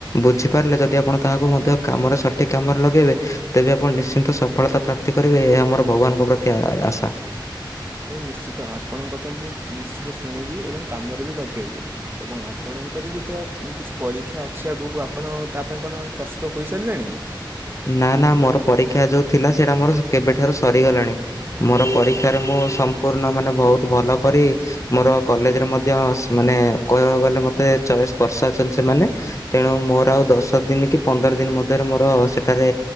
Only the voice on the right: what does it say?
ଆରେ ନିଶ୍ଚିତ ଆପଣଙ୍କ କଥା ମୁଁ ନିଶ୍ଚିତ ଶୁଣିବି ଏବଂ କାମରେ ବି ଲଗେଇବି ଏବଂ ଆପଣଙ୍କର ବି ତ କିଛି ପରୀକ୍ଷା ଅଛି ଆଗକୁ ଆପଣ ତା ପାଇଁ କଣ ପ୍ରସ୍ତୁତ ହୋଇସାରିଲେଣି।